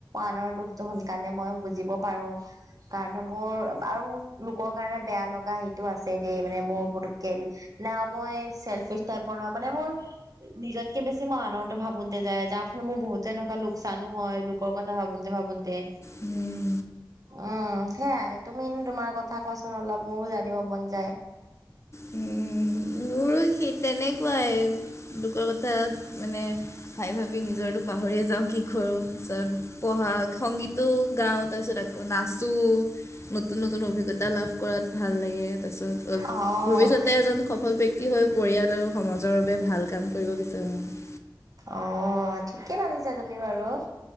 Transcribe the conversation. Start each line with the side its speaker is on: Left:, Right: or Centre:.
Right: আনৰ দুখটো সোনকালে মই বুজিব পাৰো। কাৰণ আৰু লোকৰ কাৰণে বেয়া ল গা সেইটো আছে দেই মানে মোৰ পুটুকে না মই চেলফিছ টাইপৰ নহয় মানে মোৰ নিজতকে বেছি মই আনৰতো ভাবোতে যায় যাৰ ফলত মোৰ বহুত এনেকুৱা লোকচানো হয়। লোকৰ কথা ভাবোতে ভাবোতে।
Left: উম।
Right: উম সেয়াই তুমি তোমাৰ কথা কোৱাচোন অলপ মোৰো জানিব মন যায়
Left: উম, মোৰো সেই তেনেকুৱাই লোকৰ ক থাত মানে ভাবি ভাবি নিজৰটো পাহৰিয়ে যাওঁ কি কৰোঁ পাছত। পঢ়া, সংগীতো গাও তাৰপিছত আকৌ নাচো। নতুন নতুন অভিজ্ঞতা লাভ কৰাত ভাল লাগে তাৰপিছত
Right: অ',
Left: ভৱিষ্যতে এজন সফল বক্তি হৈ পৰিয়াল আৰু সমাজৰ বাবে ভাল কাম কৰিব বিচাৰোঁ
Right: অ' ঠিকে ভাবিছা তুমি বাৰু